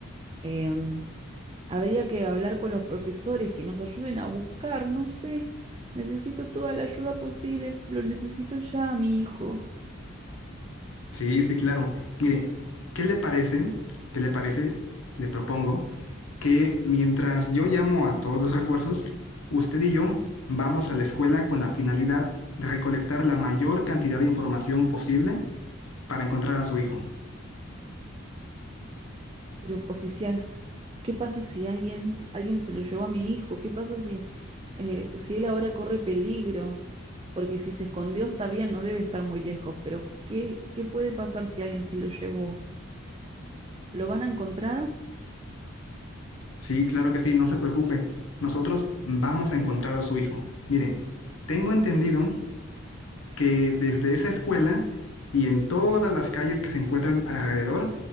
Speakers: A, on the right (about 25°); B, on the left (about 85°).
A: Eh, habría que hablar con los profesores que nos ayuden a buscar, no sé. Necesito toda la ayuda posible, lo necesito ya, mi hijo.
B: Sí, sí, claro. Mire, ¿qué le parece? ¿Qué le parece? Le propongo que mientras yo llamo a todos los refuerzos, usted y yo vamos a la escuela con la finalidad de recolectar la mayor cantidad de información posible para encontrar a su hijo.
A: Pero oficial, ¿qué pasa si alguien, alguien se lo llevó a mi hijo? ¿Qué pasa si, eh, si él ahora corre peligro? Porque si se escondió está bien, no debe estar muy lejos, pero ¿qué, qué puede pasar si alguien se lo llevó? ¿Lo van a encontrar?
B: Sí, claro que sí, no se preocupe. Nosotros vamos a encontrar a su hijo. Mire, tengo entendido que desde esa escuela y en todas las calles que se encuentran alrededor,